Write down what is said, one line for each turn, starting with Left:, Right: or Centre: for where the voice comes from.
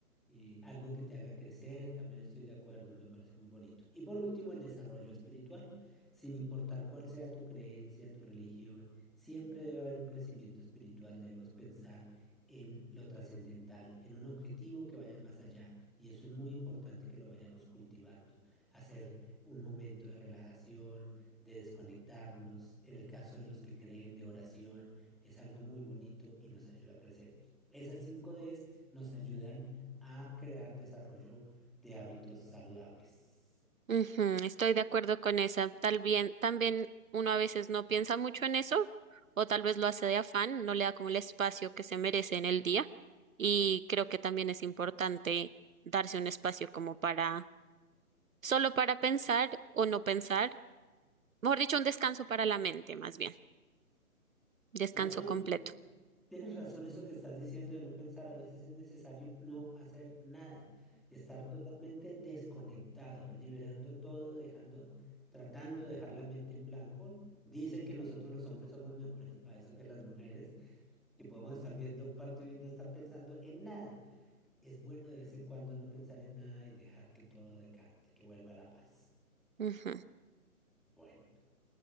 Centre: eh, algo que te haga crecer, también estoy de acuerdo, me parece muy bonito. Y por último, el desarrollo espiritual. Sin importar cuál sea tu creencia, tu religión, siempre debe haber un crecimiento espiritual, debemos pensar en lo trascendental, en un objetivo que vaya más allá. Y eso es muy importante que lo vayamos cultivando. Hacer un momento de relajación de desconectarnos, en el caso de los que creen de oración, es algo muy bonito y nos ayuda a crecer. Esas cinco ds nos ayudan a crear desarrollo de hábitos saludables.
Right: Ujú, estoy de acuerdo con esa. Tal bien, también uno a veces no piensa mucho en eso, o tal vez lo hace de afán, no le da como el espacio que se merece en el día. Y creo que también es importante darse un espacio como para, solo para pensar o no pensar, mejor dicho, un descanso para la mente, más bien, descanso
Centre: No, no,
Right: completo.
Centre: y tú tienes razón eso que estás diciendo de no pensar, a veces es necesario no hacer nada, estar totalmente desconectado, liberando todo, dejando, tratando de dejar la mente en blanco. Dicen que nosotros los hombres somos mejores <laughs> para eso que las mujeres, que podemos estar viendo un partido y no estar pensando en nada. Es bueno de vez en cuando no pensar en nada y dejar que todo decante, que vuelva la paz.
Right: Ujú, ujú.
Centre: Bueno,